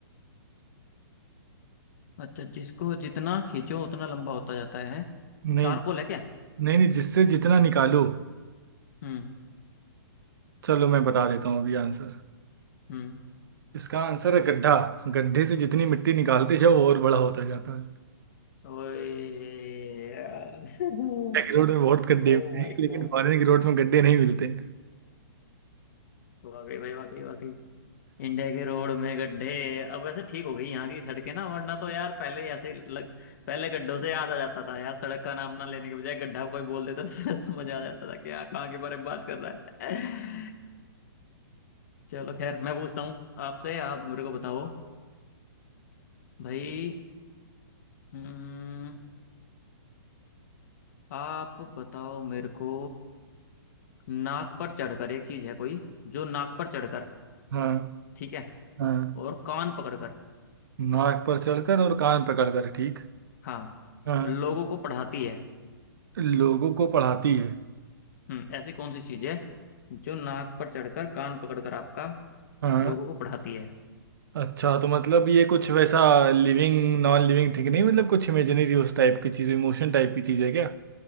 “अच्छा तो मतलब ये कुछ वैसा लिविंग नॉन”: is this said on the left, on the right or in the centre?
Right